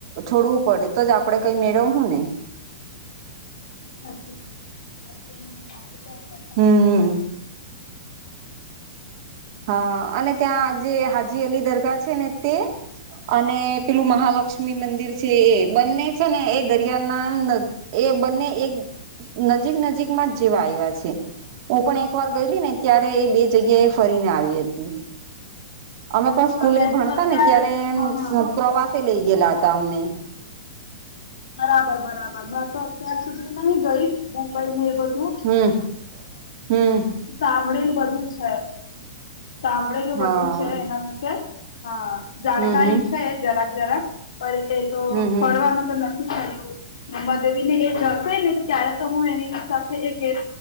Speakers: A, on the right (about 45°); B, on the left (about 75°).
A: છોડવું પડે તો જ આપડણે કઈ મેળવું ને,
B: હા <inaudible>
A: હમ હા અને ત્યાં જે હાજી અલી દરગાહ છે ને તે, અને પેલું મંદિર છે એ બંને ને એ દરિયા ના એ બંને એક નજીક નજીક માં જ જેવા આવ્યા છે હું પણ એક વાર ગયેલી ને ત્યારે બે જગ્યાએ. ફરીને આવી હતી. અમે પણ સ્કૂલે
B: હા મેં
A: ભણતાને
B: તો અત્યાર
A: ત્યારે
B: હા હા
A: પ્રવાસે લઇ ગયેલા હતા અમને.
B: બરાબર બરાબર મે તો અત્યાર સુધી નહી ગઈ મુંબઈને એ બધું
A: હમ હમ
B: સાંભળી બધું છે. સાંભળુ
A: હા
B: બધું છે એના વિશે જાણકારી
A: હમ હમ
B: છે જરાક જરાક. પર તે તો
A: હમ હમ
B: ફરવાનું તો નથી કર્યું. મમદેવી ને એ જશે ને ત્યારે તો હું એની સાથે એક એક